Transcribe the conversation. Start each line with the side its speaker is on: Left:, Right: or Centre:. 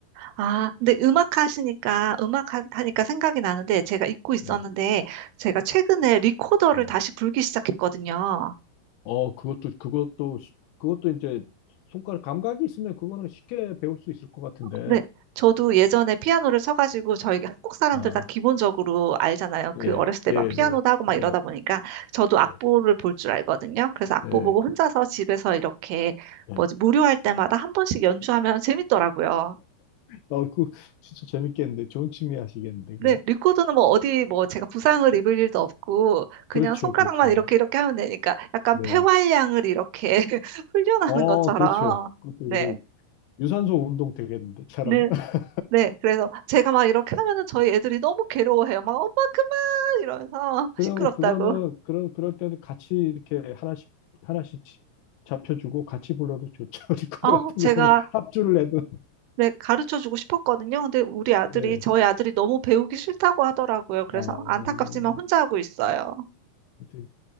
Right: 아, 근데 음악 하시니까, 음악 하- 하니까 생각이 나는데, 제가 잊고 있었는데,
Left: 네.
Right: 제가 최근에 리코더를
Left: 음.
Right: 다시 불기 시작했거든요.
Left: 어, 그것도, 그것도, 쉽- 그것도 이제 손가락 감각이 있으면 그거는 쉽게 배울 수 있을 것 같은데.
Right: 네, 저도 예전에 피아노를 쳐가지고 저희 한국 사람들
Left: 아,
Right: 다 기본적으로 알잖아요.
Left: 예,
Right: 그 어렸을 때
Left: 예,
Right: 막 피아노도
Left: 네.
Right: 하고 막
Left: 예,
Right: 이러다 보니까 저도 악보를
Left: 예,
Right: 볼 줄 알거든요. 그래서 악보
Left: 예.
Right: 보고 혼자서 집에서 이렇게
Left: 예.
Right: 뭐지 무료할 때마다 한 번씩 연주하면 재밌더라고요.
Left: 아, 그 진짜 재밌겠는데 좋은 취미 하시겠는데 그거.
Right: 네, 리코더는 뭐 어디 뭐 제가 부상을 입을 일도 없고 그냥
Left: 그렇죠,
Right: 손가락만
Left: 그렇죠.
Right: 이렇게 이렇게 하면 되니까 약간
Left: 네.
Right: 폐활량을 이렇게 <laughs> 훈련하는
Left: 어,
Right: 것처럼
Left: 그렇죠. 그것도
Right: 네.
Left: 이 유산소 운동 되겠는데, 사람은.
Right: 네,
Left: <laughs>
Right: 네, 그래서 제가 막 이렇게 하면은 저희 애들이 너무 괴로워해요. 막 엄마 그만 이러면서 <laughs>
Left: 그리고
Right: 시끄럽다고.
Left: 그거는, 그런, 그럴 때는 같이 이렇게 하나씩, 하나씩 지- 잡혀주고 같이 불러도 좋죠. <laughs> 리코더
Right: 어,
Left: 같은
Right: 제가
Left: 경우는 합주를 해도.
Right: 네, 가르쳐 주고 싶었거든요. 근데 우리 아들이
Left: 네.
Right: 저희 아들이 너무 배우기 싫다고 하더라고요. 그래서
Left: 아, 어,
Right: 안타깝지만 혼자 하고 있어요.
Left: 하여튼,